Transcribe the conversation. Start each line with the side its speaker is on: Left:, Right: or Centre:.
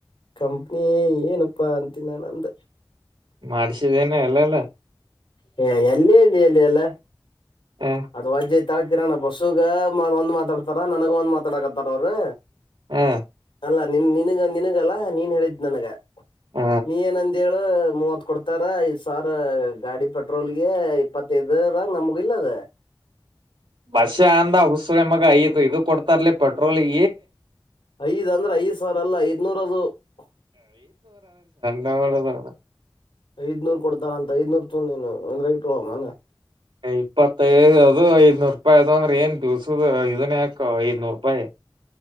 Left: ಕಂಪ್ನಿ ಏನಪ್ಪಾ ಅಂತನಿ ನಾನ ಅಂದ
Right: ಮಾಡ್ಿಸಿದ್ದೇನೆ ಎಲ್ಲೆಲ್ಲ
Left: ಹ ಎಲ್ಲಿ ಇಲ್ಲಿ ಎಲ್ಲಿ ಎಲ್ಲ
Right: ಹ
Left: ಅದು ವಜ್ಜ ಕಿರಣ ಬಸ್ಸುಗ ಒಂದ್ ಮಾತಾಡ್ತಾರ ನನಗ ಒಂದ್ ಮಾತಾಡಕತ್ತಾರ ಅವರು
Right: ಹಾ
Left: ಅಲ್ಲ ನಿನ್ ನಿನಗ ನಿನಗಲ್ಲ ನೀನ್ ಹೇಳಿದ್ ನನಗ
Right: ಹ
Left: ನೀ ಏನಂದ ಹೇಳ ಮೂವತ್ ಕೊಡ್ತಾರ ಐದ್ ಸಾವಿರ ಗಾಡಿ ಪೆಟ್ರೋಲ್ಗೆ ಇಪ್ಪತ್ತೈದರ ನಮಗ ಇಲ್ಲದ
Right: ಬಸ ಅಂದ ಹುಸಳೆ ಮಗ ಐದು ಇದು ಕೊಡ್ತಾರ್ಲಿ ಪೆಟ್ರೋಲ್ಗ
Left: ಐದ್ ಅಂದ್ರೆ- ಐದ್ ಸಾವಿರ ಅಲ್ಲ ಐದ್ನೂಇನೂರದು. -
Right: ನಾಳೆ <unintelligible> ನಾಳೆ
Left: ಐದ್ನೂರ್ ಕೊಡ್ತಾರ- ಅಂತ ಐದ್ನೂರ್ ತ ನೀನು ಅಂದ್ರ ಇಟ್ಟ ಅನ.
Right: ಇಪ್ಪತ್ತೈದು ಅದು ಐದನೂರು ರೂಪಾಯಿ. ಅದು ಅಂದ್ರೆ ಏನ್ ದಿವ್ಸದ ಇದನ್ ಯಾಕ ಐದನೂರು ರೂಪಾಯಿ. -